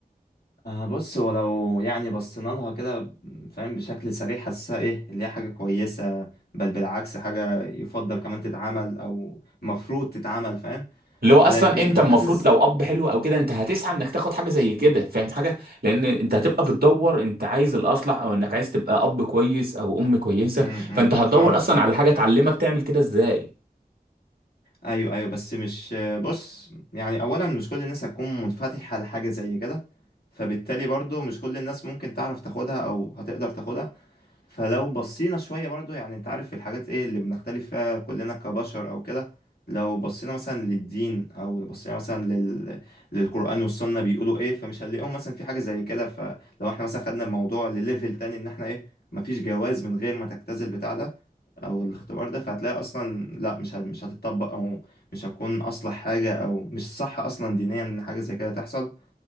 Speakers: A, on the left; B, on the right.
A: آه بص ولو يعني بصينا لها كده فاهم بشكل سريع حاسسها ايه اللي هي حاجة كويسة بل بالعكس حاجة يفضل كمان تتعمل او مفروض تتعمل فاهم
B: اللي هو اصلا
A: لكن
B: انت المفروض
A: حاسس
B: لو اب حلو او كده انت هتسعى انك تاخد حاجه زي كده فاهم حاجه لان انت هتبقى بتدور انت عايز الاصلح او انك عايز تبقى اب كويس او ام كويسه
A: م-
B: فانت
A: م،
B: هتدور
A: فاهمك
B: اصلا
A: فاهم
B: على حاجه تعلمك تعمل كده ازاي
A: ايوه ايوه بس مش بص يعني اولا مش كل الناس هتكون منفتحه لحاجه زي كده فبالتالي برضو مش كل الناس ممكن تعرف تاخدها او هتقدر تاخدها فلو بصينا شوية برضو يعني انت عارف الحاجات ايه اللي بنختلف فيها كلنا كبشر او كده لو بصينا مثلا للدين او لو بصينا مثلا لل... للقرآن والسنة بيقولوا ايه فمش هنلاقيهم مثلا في حاجة زي كده فلو احنا مثلا خدنا الموضوع لليفل تاني ان احنا ايه مفيش جواز من غير ما تجتاز البتاع ده او الاختبار ده فهتلاقي اصلا لا مش هت... مش هتطبق او مش هتكون اصلح حاجة او مش صح اصلا دينيا ان حاجة زي كده تحصل